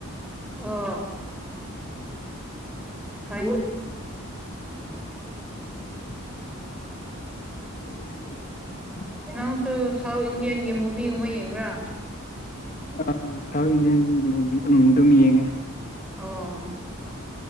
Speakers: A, in the centre; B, on the left.
A: ꯑꯣ ꯍ
B: ꯎ
A: ꯅꯪꯁꯨ ꯁꯥꯎꯠ ꯏꯟꯗꯤꯌꯥꯟꯒꯤ ꯃꯨꯚꯤ ꯑꯃ ꯌꯦꯡꯕ꯭ꯔꯥ
B: ꯑ ꯁꯥꯎꯠ ꯏꯟꯗꯤꯌꯥꯟ ꯃꯨꯚ ꯎꯝ ꯑꯗꯨꯝ ꯌꯦꯡꯉꯦ
A: ꯑꯣ